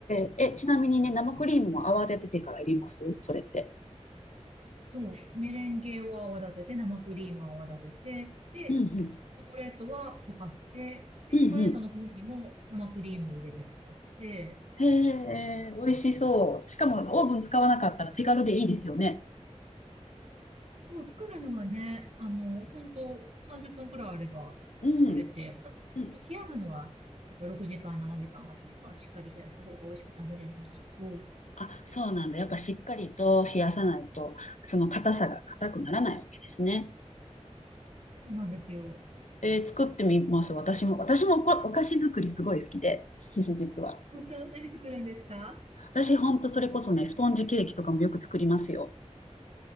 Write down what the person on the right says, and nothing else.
そう、メレンゲを泡立てて、生クリームを泡立てて、
で、チョコレートは溶かして、で、
チョコレートの方にも生クリームを入れて溶かして、
そう、作るのはね、あの、本当30分くらいあれば作れて、
あと冷やすのは、
やっぱ6時間、7時間、8時間、しっかり冷やした方が美味しく食べれるんですけど、
そうなんですよ。
本当、何作るんですか